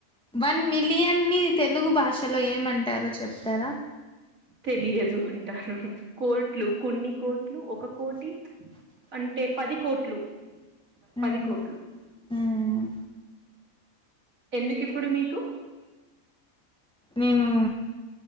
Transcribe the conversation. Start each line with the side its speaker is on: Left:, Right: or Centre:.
Centre: వన్ మిలియన్ని తెలుగు భాషలో ఏమంటారో చెప్తారా?
Right: తెలియదు అంటాను కోట్లు కొన్ని కోట్లు ఒక కోటి అంటే పది కోట్లు, పది
Centre: ఉహు
Right: కోట్లు
Centre: ఉమ్
Right: ఎందుకు ఇప్పుడు మీకు
Centre: నేను
Right: <inaudible>